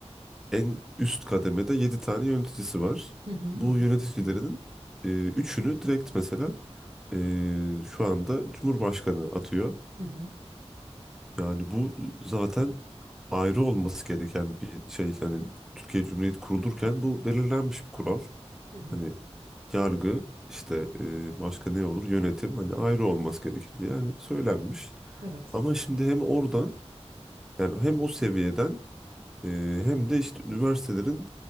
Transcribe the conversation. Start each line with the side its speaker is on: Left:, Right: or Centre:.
Centre: en üst kademede 7 tane yöneticisi var.
Right: Hı hı hı
Centre: Bu
Right: hı
Centre: yöneticilerinin e, üçünü direkt mesela e, şu anda Cumhurbaşkanı atıyor.
Right: hı hı.
Centre: Yani bu zaten ayrı olması gereken bir şey. Yani Türkiye Cumhuriyeti kurulurken bu belirlenmiş bir kural.
Right: hı hı.
Centre: Hani yargı işte e, başka ne olur yönetim hani ayrı olması gerekir diye yani söylenmiş.
Right: Evet.
Centre: Ama şimdi hem oradan yani hem o seviyeden e, hem de işte üniversitelerin